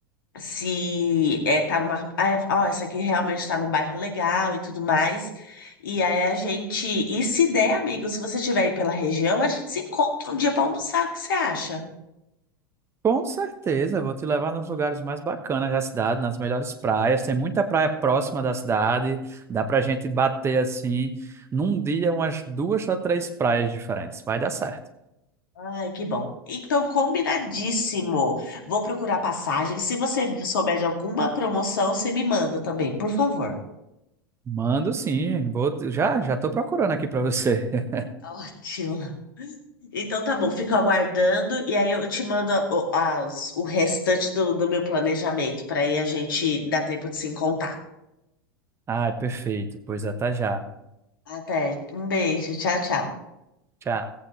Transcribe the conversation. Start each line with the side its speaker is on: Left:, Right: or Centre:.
Left: se é, tá numa. Ah, é- ó, essa aqui realmente tá num bairro legal e tudo mais. E aí a gente. E se der, amigo, se você estiver aí pela região, a gente se encontra um dia pra almoçar. O que você acha?
Right: Com certeza, vou te levar nos lugares mais bacanas da cidade, nas melhores praias. Tem muita praia próxima da cidade. Dá pra gente bater assim, num dia, umas duas a três praias diferentes. Vai dar certo.
Left: Ai, que bom. Então, combinadíssimo. Vou procurar passagem. Se você souber de alguma promoção, você me manda também, por favor.
Right: Mando sim, vou já já tô procurando aqui para você. <laughs>
Left: Ótimo. Então tá bom, fico aguardando e aí eu te mando o, as- o restante do, do meu planejamento para aí a gente dar tempo de se encontrar.
Right: Ai, perfeito, pois até já.
Left: Até. Um beijo. Tchau, tchau.
Right: Tchau.